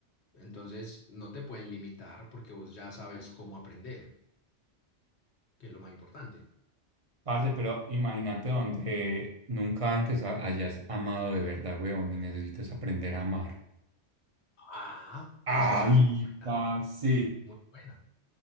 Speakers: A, on the left (about 70°); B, on the right (about 30°).
A: Entonces, no te pueden limitar porque vos ya sabes cómo aprender, que es lo más importante.
B: Parce, pero imagínate donde nunca antes ha- hayas amado de verdad, weón, y necesitas aprender a amar.
A: Ah,
B: Ay,
A: esa es muy buena,
B: parce.
A: es muy buena.